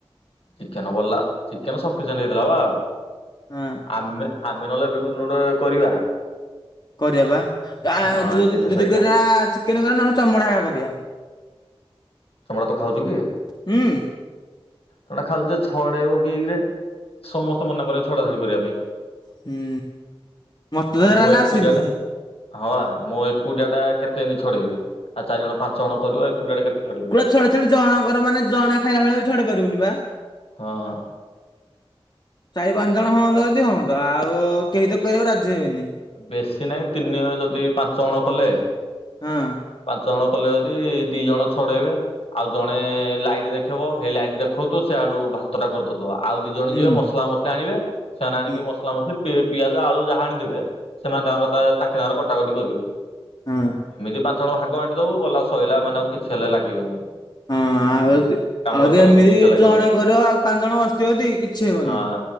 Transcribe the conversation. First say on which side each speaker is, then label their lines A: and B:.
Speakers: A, on the left (about 75°); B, on the left (about 45°).
A: ଚିକେନ ବଳିଲା ଚିକେନ ସଫିସେଣ୍ଟ୍ ହେଇଥିଲା ବା।
B: ହଁ।
A: ଆମେ ଆମେ ନହେଲେ ଏବେ କୋଉଦିନ ଟେ କରିବା।
B: କରିବା ବା ଆ
A: ହଁ
B: ଜୋ
A: ଦିନେଶ
B: ଜଦିକରିବା
A: ହରିକା
B: ଚିକେନ କରି ନହେଲେ ଚମଡା କରିବା।
A: ଚମଡ଼ା ତୁ ଖାଉଛୁ କି?
B: ହୁଁ।
A: ତା ଖାଉଛେ ଛଡେଇବ କିଏ କିିରେ ସମସ୍ତେ ମନା କରିବେ ଛଡା ଛଡି କରିବା ପାଇଁ।
B: ହୁଁ ମତେ
A: ଆଉ
B: ଧରା
A: ମୁଁ
B: ହେଲା
A: ଏକୁଟିଆ
B: ଆସିନି।
A: ଟା ହଁ ମୁଁ ଏକୁଟିଆ ଟା କେତେ ଦିନ ଛଡେଇବିଉ ଚାରିଣ ପାଞ୍ଚ ଜଣ କରିବ ଏକୁଟିଆ ଟା କେତେ ଛଡେଇବି।
B: ଛଡ ଛ ଜଣଙ୍କର ମାନେ ଜଣେ ଖାଇଲା ଭଳିଆ ଛଡେଇ ପାରିବୁନି ବା।
A: ହଁ।
B: ଚାରି ପାଞ୍ଚ ଜଣ ହଅନ୍ତା ଯଦି ହୁଅନ୍ତା ଆଉ କେହି ତ କରିବାକୁ ରାଜି ହେବେନି।
A: ବେଶୀ ନାହିଁ ତିନି ଯଦି ପାଞ୍ଚ ଜଣ କଲେ।
B: ହୁଁ।
A: ପାଞ୍ଚ ଜଣ କଲେ ଯଦି ଦି ଜଣ ଛଡେଇବେ। ଆଉ ଜଣେ ଲାଇଟ୍ ଦେଖେଇବ ସେଇ ଲାଇଟ ଦେଖଉଥୁ ସେଆଡୁ ଭାତ ଟା କରିଦଉୁ। ଆଉ ଦି ଜଣ
B: ହୁଁ
A: ଯିବେ ମସଲା ମସଲି ଆଣିବେ ସେମାନେ ଆଣିକି
B: ହୁଁ
A: ମସଲା ମସଲି ପିଆଜ ଆଳୁ ଯାହା ଆଣିଥିବେ। ସେମାନେ ତାଙ୍କର ତାଙ୍କେ ତାଙ୍କର କଟାକଟି କରିବେ।
B: ହୁଁ।
A: ଏମିତି ପାଞ୍ଚ ଜଣ ଭାଗ ଆଣ୍ଟିଦବୁ ବଲା ସରିଲା ମାନେ ଆଉ କିଛି ହେଲେ ଲାଗିବନି।
B: ହଁ ଆଉ
A: କାମଟା
B: ଆଉ
A: ପରିଶ୍ରମ
B: ଏମିତି
A: କିଛି ଲାଗିବନି
B: ଜଣେ କରିବ ଆଉ ପାଞ୍ଚ ଜଣ ବସିଥିବ ଦି କିଛି ହେବନି।
A: ହଁ